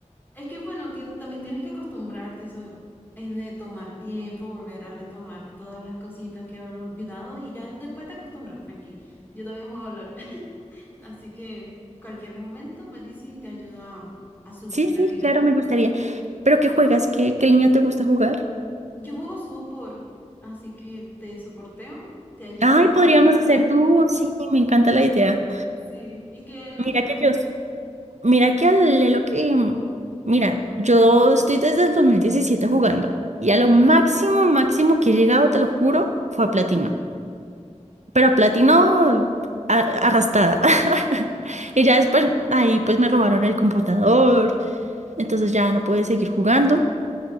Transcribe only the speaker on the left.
es que bueno, tien- también tienes que acostumbrarte, eso es de tomar tiempo, volver a retomar todas las cositas que has olvidado y ya después te acostumbras, tranqui. Yo también juego LOL, <laughs> así que cualquier momento me dices y te ayudo a, a subir
de
liga.
Yo juego support, así que te soporteo, te ayudo
a no
morir.
Sí, ¿y que lo
llegaste?